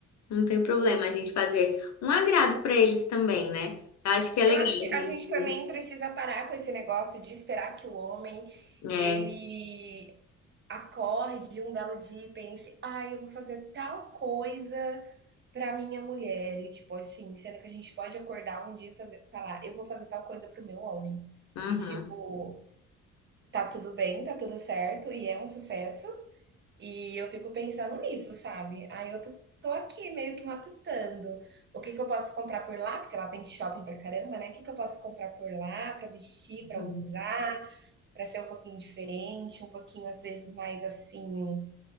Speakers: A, on the left (about 60°); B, on the right (about 40°).
A: não tem problema a gente fazer um agrado pra eles também, né? Eu acho que é
B: Eu
A: legal
B: acho que
A: a
B: a
A: gente.
B: gente também precisa parar com esse negócio de esperar que o homem
A: É,
B: ele acorde um belo dia e pense: "Ai, eu vou fazer tal coisa Pra minha mulher, e tipo assim, sendo que a gente pode acordar um dia e fazer falar: "Eu vou fazer tal coisa para o meu homem".
A: uhum,
B: E tipo, tá tudo bem, tá tudo certo e é um sucesso, e eu fico pensando nisso, sabe. Aí eu tô tô aqui meio que matutando, o que que eu posso comprar por lá, porque lá tem shopping pra caramba, né. O que que eu posso comprar por lá pra vestir, pra
A: uhum,
B: usar, pra ser um pouquinho diferente, um pouquinho às vezes mais assim